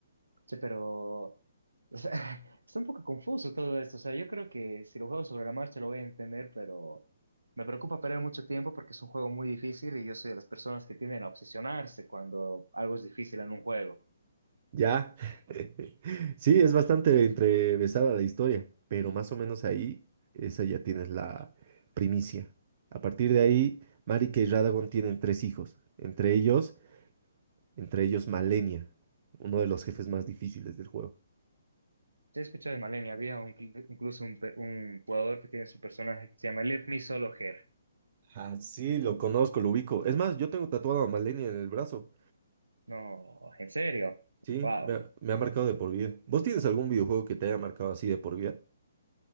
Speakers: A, on the right (about 75°); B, on the right (about 40°).
A: che, pero... o sea, <laughs> está un poco confuso todo esto. O sea, yo creo que si lo juego sobre la marcha lo voy a entender, pero me preocupa perder mucho tiempo porque es un juego muy difícil y yo soy de las personas que tienden a obsesionarse cuando algo es difícil en un juego.
B: Ya. <laughs> Sí, es bastante entrevesada la historia, pero más o menos ahí, esa ya tienes la primicia. A partir de ahí, Marika y Radagon tienen tres hijos, entre ellos, entre ellos Malenia, uno de los jefes más difíciles del juego.
A: Sí, he escuchado de Malenia. Había un- incluso un, pe- un jugador que tiene su personaje que se llama Let Me Solo Her.
B: Ah, sí, lo conozco, lo ubico. Es más, yo tengo tatuado a Malenia en el brazo.
A: No, ¿en serio?
B: Sí,
A: Wow.
B: me ha, me ha marcado de por vida. ¿Vos tienes algún videojuego que te haya marcado así de por vida?